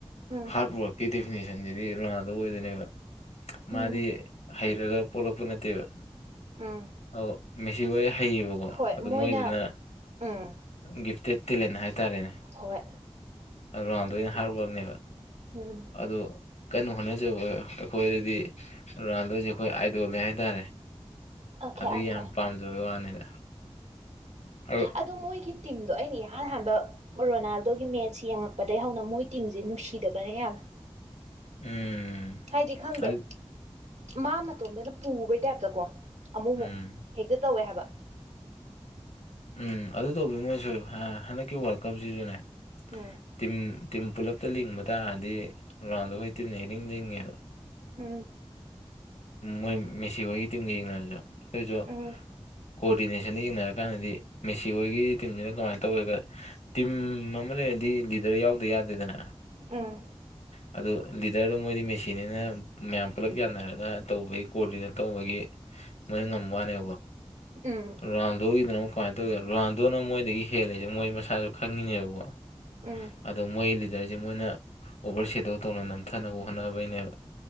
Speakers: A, on the right; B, on the left.
A: ꯎꯝ
B: ꯍꯥꯔꯠ ꯋꯥꯔꯛꯀꯤ ꯗꯗꯤꯐꯤꯅꯤꯁꯟꯁꯤꯗꯤ ꯔꯣꯅꯥꯜꯗꯣ ꯑꯣꯏꯗꯣꯏꯅꯦꯕ
A: ꯎꯝ
B: ꯃꯥꯗꯤ ꯍꯩꯔꯒ ꯄꯣꯛꯂꯛꯄ ꯅꯠꯇꯦꯕ
A: ꯎꯝ
B: ꯑ ꯃꯦꯁꯤ ꯍ ꯍꯩꯌꯦꯕꯀꯣ
A: ꯍꯣꯏ
B: ꯑꯗꯨ
A: ꯃꯣꯏꯅ
B: ꯃꯣꯏꯗꯨꯅ
A: ꯎꯝ
B: ꯒꯤꯐꯇꯦꯠ ꯇꯦꯂꯦꯟ ꯍꯥꯏꯇꯥꯔꯦꯅꯦ
A: ꯍꯣꯏ
B: ꯔꯥꯎꯟꯗ
A: ꯑꯗꯨꯕꯨꯗꯤ
B: ꯑꯩꯅ ꯍꯥꯏꯔꯛꯄꯅꯦꯕ
A: ꯎꯝ
B: ꯑꯗꯨ ꯀꯟꯅꯣ ꯍꯣꯠꯅꯖꯕ ꯑꯩꯈꯣꯏꯗꯗꯤ ꯔꯣꯅꯥꯜꯗꯣꯁꯦ ꯑꯩꯈꯣꯏ ꯑꯥꯏꯗꯣꯜꯅꯦ ꯍꯥꯏꯇꯥꯔꯦ
A: ꯑꯣꯀꯦ
B: ꯑꯗꯨ
A: ꯑꯣꯀꯦ
B: ꯌꯥꯝ ꯄꯥꯝꯖꯕꯒꯤ ꯋꯥꯅꯤꯗ ꯑꯗꯨ
A: ꯑꯗꯣ ꯃꯣꯏꯒꯤ ꯇꯤꯝꯗꯣ ꯑꯩꯅ ꯌꯥꯝ ꯏꯍꯥꯟ ꯍꯥꯟꯕ ꯔꯣꯅꯥꯜꯗꯣꯒꯤ ꯃꯦꯠꯁ ꯌꯦꯡꯉꯛꯄꯗꯒꯤꯩ ꯍꯧꯅ ꯃꯣꯏ ꯇꯤꯝꯁꯦ ꯅꯨꯡꯁꯤꯗꯕꯅꯦ ꯌꯥꯝꯅ
B: ꯎꯝ
A: ꯍꯥꯏꯗꯤ ꯈꯪꯗꯦ
B: ꯑꯗꯨ
A: ꯃꯥ ꯃꯇꯣꯝꯗꯅ ꯄꯨꯕꯩ ꯇꯥꯏꯞꯇꯀꯣ ꯑꯃꯨꯛꯃꯨꯛ
B: ꯎꯝ
A: ꯍꯦꯛꯇ ꯇꯧꯋꯦ ꯍꯥꯏꯕ
B: ꯎꯝ ꯑꯗꯨ ꯇꯧꯕꯤ ꯃꯣꯏꯁꯨ ꯍꯟꯗꯛꯀꯤ ꯋꯥꯔꯜ ꯀꯞꯁꯤꯁꯨꯅꯦ
A: ꯎꯝ
B: ꯇꯤꯝ ꯇꯤꯝ ꯄꯨꯜꯂꯞꯇ ꯂꯤꯡꯕ ꯇꯥꯔꯗꯤ ꯔꯒ꯭ꯔꯥꯎꯟꯗꯣ ꯑꯩꯈꯣꯏ ꯇꯤꯝꯅ ꯏꯂꯤꯡ ꯂꯤꯡꯉꯦꯕ
A: ꯎꯝ
B: ꯃꯣꯏ ꯃꯦꯁꯤ ꯍꯣꯏꯒꯤ ꯇꯤꯝꯒ ꯌꯦꯡꯅꯔꯁꯨ ꯑꯩꯈꯣꯏꯁꯨ
A: ꯎꯝ
B: ꯀꯣꯑꯣꯗꯤꯅꯦꯁꯟꯗ ꯌꯦꯡꯅꯔꯀꯥꯟꯗꯗꯤ ꯃꯦꯁꯤ ꯍꯣꯏꯒꯤ ꯇꯤꯝꯁꯤꯅ ꯀꯃꯥꯏꯅ ꯇꯧꯒꯒ ꯇꯤꯝ ꯑꯃ ꯍꯠ ꯂꯩꯔꯗꯤ ꯂꯤꯗꯔ ꯌꯥꯎꯗ ꯌꯥꯗꯦꯗꯅ
A: ꯎꯝ
B: ꯎ ꯑꯗꯨ ꯂꯤꯗꯔꯗꯣ ꯃꯣꯏꯗꯤ ꯃꯦꯆꯤꯅꯤꯅ ꯃꯌꯥꯝ ꯄꯨꯜꯂꯞ ꯌꯥꯅꯔꯒ ꯇꯧꯕꯒꯤ ꯀꯣꯔꯇꯅ ꯇꯧꯕꯒꯤ ꯃ ꯉꯝꯋꯥꯅꯦ
A: ꯎꯝ
B: ꯔꯣꯗꯣ ꯑꯗꯨꯅꯣ ꯀꯃꯥꯏꯅ ꯇꯧꯒꯦ ꯔꯥꯎꯗꯣꯅ ꯃꯣꯏꯗꯒꯤ ꯍꯦꯜꯜꯂꯤꯁꯦ ꯃꯣꯏ ꯃꯁꯥꯁꯨ ꯈꯪꯉꯤꯅꯦꯕꯀꯣ
A: ꯎꯝ
B: ꯑꯗꯣ ꯃꯣꯏ ꯂꯤꯗꯔꯁꯦ ꯃꯣꯏꯅ ꯑꯣꯚꯔ ꯁꯦꯗꯨꯜ ꯇꯧꯅ ꯅꯝꯊꯅꯕ ꯍꯣꯠꯅꯕꯩꯅꯦꯕ